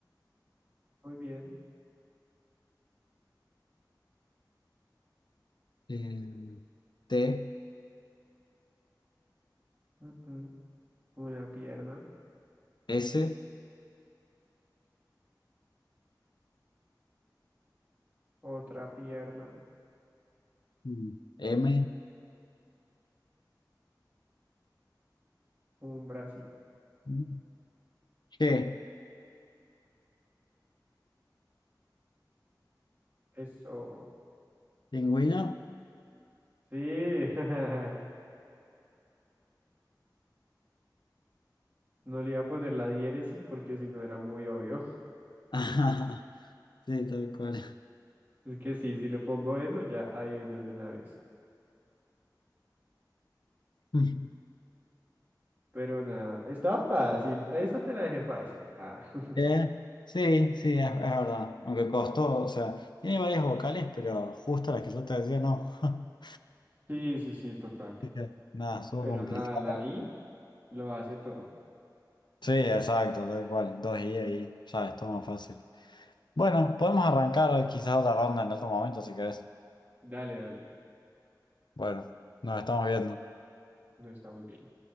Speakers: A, on the right; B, on the left.
A: muy bien.
B: eh, T,
A: Mm, mm. Una pierna,
B: S,
A: otra pierna,
B: mm, M,
A: un bracito.
B: mm, G.
A: Eso.
B: ¿Pingüino?
A: Sí, <laughs> no le iba a poner la diéresis porque si no era muy obvio. <laughs>
B: <laughs> Ajá, sí, tal cual.
A: Es que sí, si le pongo eso, ya adivinas de una vez.
B: <laughs>
A: Pero nada, estaba fácil. A esa te la dejé fácil. Ah, <laughs>
B: Eh, sí, sí, es, es verdad. Aunque costó, o sea, tiene varias vocales, pero justo las que yo te decía, no. <laughs>
A: sí, sí, sí, total.
B: Así que, Nada, estuvo
A: Pero
B: complicado.
A: nada, la I lo hace todo.
B: Sí, exacto, tal cual. Dos I ahí, ya es todo más fácil. Bueno, podemos arrancar quizás otra ronda en otro momento si querés.
A: Dale, dale.
B: Bueno, nos estamos viendo.
A: Nos estamos viendo.